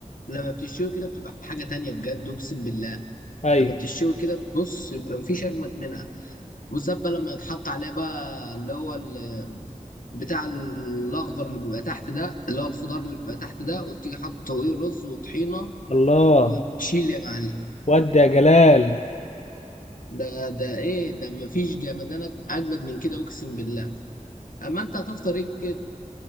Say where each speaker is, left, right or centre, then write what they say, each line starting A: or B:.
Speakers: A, on the left; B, on the left.
A: لما بتشوي كده بتبقى حاجة تانية بجد أقسم بالله
B: ايوه
A: لما بتشوي كده بص يبقى مفيش أجمد منها بالذات بقى لما يتحط عليها بقى اللي هو ال- بتاع الأخضر اللي بيبقى تحت ده اللي هو الخضار اللي بيبقى تحت ده وتيجي حاطط فوقيه رز وطحينة
B: الله
A: وتشيل يا معلم
B: ودي يا جلال
A: ده ده إيه ده مفيش جمدانك أجمد من كده أقسم بالله أما أنت هتفطر إيه كده؟